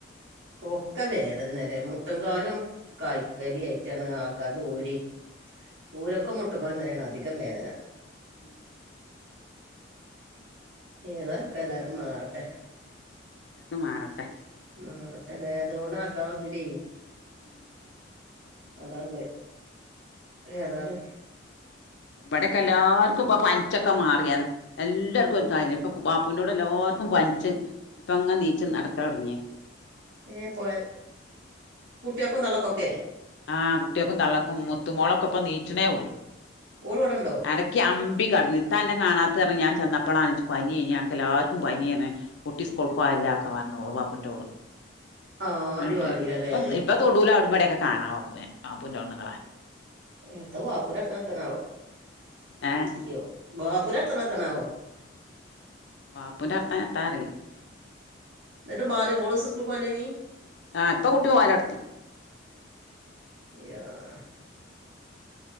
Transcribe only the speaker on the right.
ഒക്കെ വേദന നേര മുട്ടുംകാലും കൈപ്പലി ആയിട്ടാണ് ഒക്കെ അത് ഊരി ഓരക്ക് മുട്ടുക്കാലിന് തന്നെയാണ് അധികം വേദന
ഏതാനൊക്കെ അത് മാറട്ടെ
മാറട്ടേ വേദനോണ്ട് നടക്കാൻ പറ്റൂലോ
അതള്ളത് ഏതാലും
ഇതേ പോലെ കുട്ടിയൊക്കും തള്ളക്കൊക്കെ
ഓള് ഇവിടണ്ടോ
ആരും
അറിയില്ലല്ലേ
എത്ത ബാപ്പുന്റത്താനാവോ
യ്യോ ബാപ്പൂന്റത്താനെത്താണാവോ
ന്നട്ട് മാറ്യോ മോളൂസ് സ്കൂൾക്ക് പോകലിലനീ
യാആഹ്.